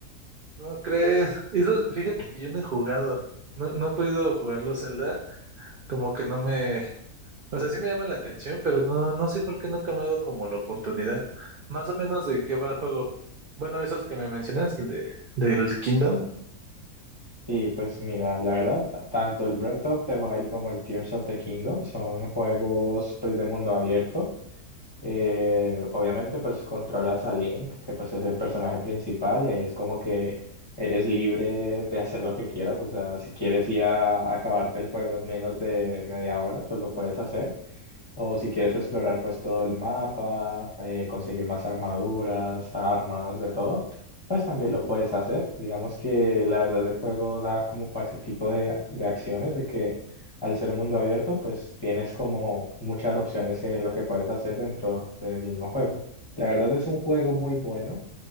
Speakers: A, on the right; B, on the left.
A: ¿Cómo crees? Eso, fíjate que yo no he jugado. No, no he podido jugarlo Zelda. Como que no me. O sea, sí me llama la atención, pero no, no sé por qué nunca me ha dado como la oportunidad. Más o menos de qué va el juego. Bueno, esos que me mencionas, el de del Kingdom.
B: Y pues mira, la verdad, tanto el Breath of the Wild como el Tears of the Kingdom son juegos pues de mundo abierto. Eh, obviamente pues controlas a Link, que pues es el personaje principal y ahí es como que eres libre de hacer lo que quieras. O sea, si quieres ir a, a acabarte el juego en menos de media hora, pues lo puedes hacer. O si quieres explorar pues todo el mapa, eh, conseguir más armaduras, armas, de todo, pues también lo puedes hacer. Digamos que la verdad el juego da como para ese tipo de, de acciones, de que al ser mundo abierto, pues tienes como muchas opciones de lo que puedes hacer dentro del mismo juego. La verdad es un juego muy bueno,